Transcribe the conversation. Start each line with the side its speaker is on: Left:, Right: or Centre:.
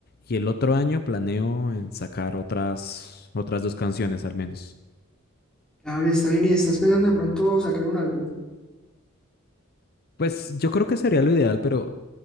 Left: Y el otro año planeo en sacar otras, otras dos canciones al menos.
Centre: Claro, está bien y estás pensando de pronto sacar un álbum,
Left: Pues yo creo que sería lo ideal, pero